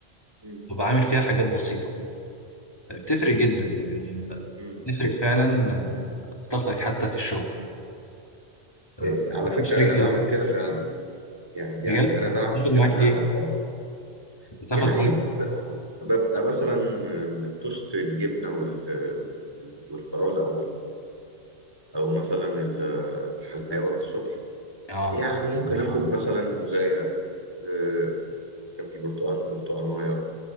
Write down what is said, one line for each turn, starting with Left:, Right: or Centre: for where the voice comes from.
Right: مم.
Left: وبعامل فيها حاجات بسيطه بتفرق جدا يعني
Right: مم. مم.
Left: بتفرق فعلا آه، في طاقتك حتى في الشغل آه،
Right: إيه، على فكرة
Left: مش حاجة
Right: أنا يعني بعمل كده فعلا يعني
Left: بجد
Right: يعني أنا بعمل
Left: بتاخد معاك
Right: كده فعلا
Left: ايه
Right: أه
Left: بتاخد
Right: يعني
Left: معاك
Right: ب- ببقى مثلا توست الجبنة وال- وال- والفراولة أو أو مثلا ال- الحلاوة الصبح
Left: اه
Right: يعني ممكن آخد مثلا موزاية آه، كان في برتقال برتقاناية